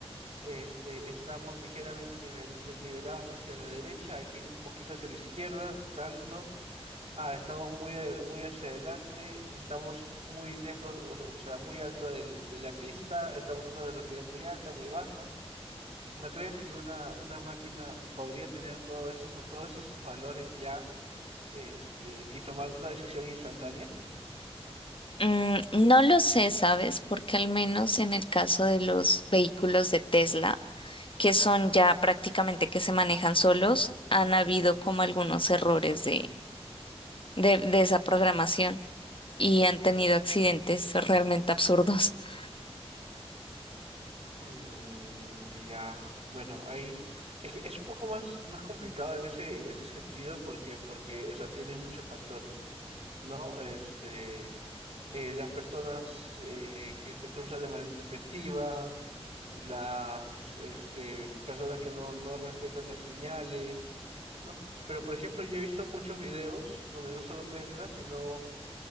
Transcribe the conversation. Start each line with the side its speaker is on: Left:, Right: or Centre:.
Right: este, estamos ligeramente nivel, desnivelados hacia la derecha, hay que ir un poquito hacia la izquierda, tanto. Ah, estamos muy, a- muy hacia adelante, estamos muy lejos, o o sea, muy alto del- de la pista, estamos a una velocidad muy alta, muy baja. ¿No crees que una, una máquina podría tener todos esos, todos esos esos valores ya, este, y tomar una decisión instantánea?
Left: Mm, no lo sé, ¿sabes? Porque al menos en el caso de los vehículos de Tesla, que son ya prácticamente que se manejan solos, han habido como algunos errores de, de, de esa programación y han tenido accidentes realmente absurdos. <laughs>
Right: Mm, ya, bueno, ahí es que es un poco más, más complicado en ese, en ese sentido porque, porque, o sea, tienes muchos factores, ¿no? Este, eh, las personas eh, que se cruzan de manera intempestiva, las este, personas que no, no respetan las señales, ¿no? Pero, por ejemplo, yo he visto muchos videos donde no solo Tesla, sino